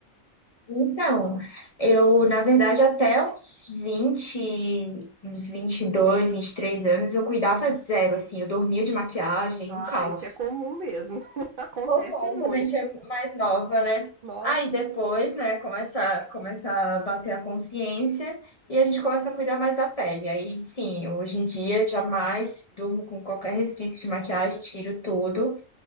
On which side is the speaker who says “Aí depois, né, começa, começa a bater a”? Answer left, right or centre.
Left